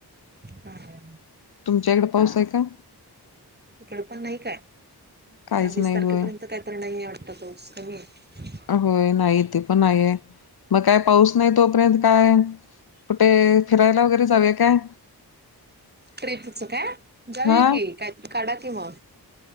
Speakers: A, on the right; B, on the left.
A: हा हा
B: तुमच्याइकडं पाऊस आहे काय?
A: इकड पण नाही काय
B: काहीच
A: त्या वीस
B: नाही
A: तारखेपर्यंत
B: होय
A: कायतरी नाही आहे वाटत पाऊस कमी आहे.
B: होय नाही इथे पण नाहीये मग काय पाऊस नाही तोपर्यंत काय कुठे फिरायला वगैरे जावूया काय?
A: टिपच काय जाऊया
B: हा
A: की काहीतरी काढा कि मग,